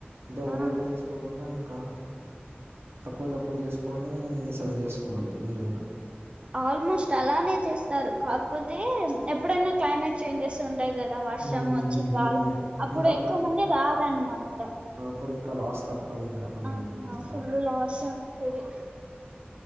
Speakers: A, on the right; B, on the right.
A: అంటే ఓవర్
B: ఆ
A: గా చేసు కోకుండా ఇంకా తక్కువ తక్కువ చేసుకొని సేల్ చేసుకోవాలి మీరైనా
B: ఆల్మోస్ట్ అలానే చేస్తారు కాకపోతే ఎప్పుడైనా క్లైమేట్ చేంజెస్ ఉ ఉంటాయి కదా వర్షం
A: ఉమ్
B: వచ్చి గాలి
A: ఉమ్
B: అప్పుడు
A: ఇంకా
B: ఎక్కువ మంది రారనమాట
A: ఇప్పుడు ఇంకా లాస్ట్ తప్పదు ఇంకా మనం
B: ఆ
A: ఇంకా
B: ఫుల్ లాస్ ఉంటాది